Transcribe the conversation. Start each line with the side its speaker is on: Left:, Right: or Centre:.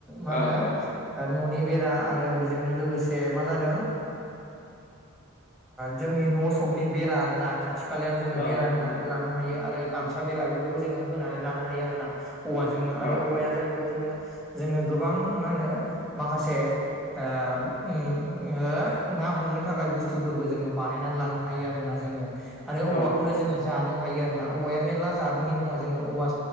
Centre: मा
Left: औ
Centre: होनो
Left: औ नोंथां
Centre: न'नि बेरा आरो बेजोंनो लोगोसे मा जादों? जोंनि न' सखनि बेरा आर ना खाथि खा खाथि खालायाव जोङो
Left: औ
Centre: बेरा
Left: नोंथां
Centre: होनानै
Left: औ
Centre: लानो
Left: औ
Centre: हायो आरो गामसा बेरा बेफोरखौ जोङो होनानै लानो हायो आरो ना। औवाजोंनो आरो
Left: औ
Centre: औवाया जाहैबाय जोंनो जोंनो गोबां मा होनो माखासे ना हमनो थाखाय बुस्थुफोरबो जोङो बानायना लानो हागौ। हायो आरोना जोङो आरो औवाखौनो
Left: औ औ
Centre: जोङो जानो हायो आरोना औवाया मेर्ला जादनि दङ जोङो औवा